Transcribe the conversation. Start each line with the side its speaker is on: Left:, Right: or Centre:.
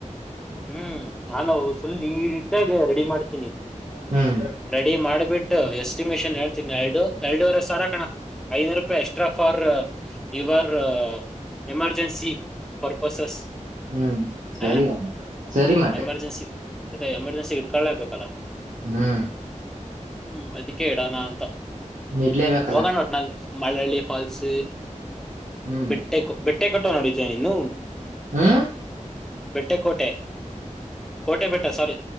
Centre: ಹ್ಮ್ ಆಮೇಲ್ ನಾನು ಫುಲ್ ನೀಟ್ಟಾಗಿ ರೆಡಿ ಮಾಡ್ತೀನಿ.
Right: ಹ್ಮ್
Centre: ರೆಡಿ ಮಾಡ್ಬಿಟ್ಟು, ಎಷ್ಟ ಎಕ್ಸಿಮೀಷನ್ ಹೇಳ್ತೀನಿ ಎರಡು ಎರಡೂವರೆ ಸಾವರ್ ಕಣ್ಣೋ ಐನೂರು ರೂಪಾಯಿ extra for, your emergency purposes
Right: ಹ್ಮ್ ಸರಿ
Centre: ಹಾ,
Right: ಸರಿ ಮತ್ತೆ
Centre: ಎಮರ್ಜೆನ್ಸಿ ಮತ್ತೆ ಎಮರ್ಜೆನ್ಸಿಗೆ ಇಟ್ಕೊಳ್ಳೇಬೇಕಲ್ಲ.
Right: ಹ್ಮ್
Centre: ಹ್ಮ್ ಅದಿಕ್ಕೆ ಇಡಣ ಅಂತ
Right: ಇಡ್ಲೇಬೇಕಲ್ಲ
Centre: ಹೋಗಣ ಅಥಲ್ಗೆ ಮಳಳ್ಳಿ. ಪಾಲ್ಸ್
Right: ಹ್ಮ್
Centre: ಬೆಟ್ಟೆ ಬೆಟ್ಟೆ ಕಟ್ಟೋ ನಡಿತೇಯ ನೀನು.
Right: ಹ್ಮ,
Centre: ಬೆಟ್ಟೆ ಕೋಟೆ ಕೋಟೆ ಬೆಟ್ಟ ಸ್ವಾರಿ